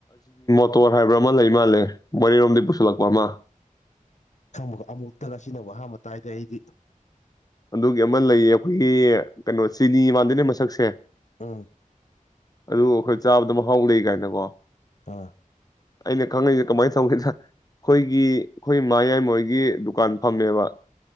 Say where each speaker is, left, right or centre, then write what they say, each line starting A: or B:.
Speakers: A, on the left (about 25°); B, on the left (about 55°).
A: ꯑꯣꯇꯣꯔ ꯍꯥꯏꯕ꯭ꯔꯥ ꯑꯃ ꯂꯩ ꯃꯥꯜꯂꯦ ꯃꯔꯤꯔꯣꯝꯗꯤ ꯄꯨꯁꯤꯜꯂꯛꯄ ꯑꯃ
B: ꯈꯪꯕ ꯑꯃꯨꯛꯇ ꯉ ꯑꯁꯤꯅꯕꯨ ꯑꯍꯥꯟꯕ ꯇꯥꯏꯗ ꯑꯩꯗꯤ
A: ꯑꯗꯨꯒꯤ ꯑꯃ ꯂꯩꯌꯦ ꯑꯩꯈꯣꯏꯒꯤ ꯀꯩꯅꯣ ꯆꯤꯅꯤ ꯃꯥꯟꯗꯣꯏꯅꯦ ꯃꯁꯛꯁꯦ
B: ꯑꯥ
A: ꯑꯗꯨ ꯑꯩꯈꯣꯏ ꯆꯥꯕꯗ ꯃꯍꯥꯎ ꯂꯩ ꯀꯥꯏꯅꯀꯣ
B: ꯑꯥ
A: ꯑꯩꯅ ꯈꯪꯉꯛꯁꯦ ꯀꯃꯥꯏꯅ ꯇꯧꯒꯦꯗ ꯑꯩꯈꯣꯏꯒꯤ ꯑꯩꯈꯣꯏ ꯃꯌꯥꯏꯃꯣꯏꯒꯤ ꯗꯨꯀꯥꯟ ꯐꯝꯃꯦꯕ